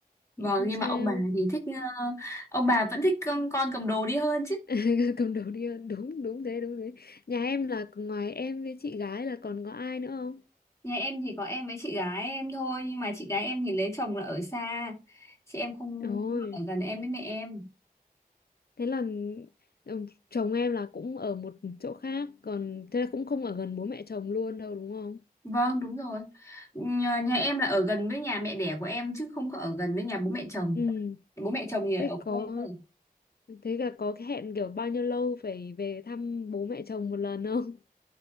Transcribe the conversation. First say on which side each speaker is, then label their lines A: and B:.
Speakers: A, on the left; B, on the left.
A: vâng
B: thì không
A: nhưng
B: sao
A: mà ông bà thì thích ờ, ông bà vẫn thích con, con cầm đồ đi hơn chứ
B: <laughs> cầm đầu đi đúng đúng thế đúng thế nhà em là ngoài em với chị gái là còn có ai nữa không
A: Nhà em thì có em với chị gái em thôi nhưng mà chị gái em thì lấy chồng là ở xa chị em không
B: ôi
A: không ở gần em với mẹ em
B: thế là ừ, chồng em là cũng ở một chỗ khác còn thế là cũng không ở gần bố mẹ chồng luôn đâu đúng không
A: vâng đúng rồi nhà, nhà em là ở gần với nhà mẹ đẻ của em chứ không có ở gần với nhà bố mẹ chồng
B: ừ
A: bố mẹ chồng thì ở
B: thế có
A: quê cơ
B: thế là có cái hẹn kiểu bao nhiêu lâu phải về thăm bố mẹ chồng một lần không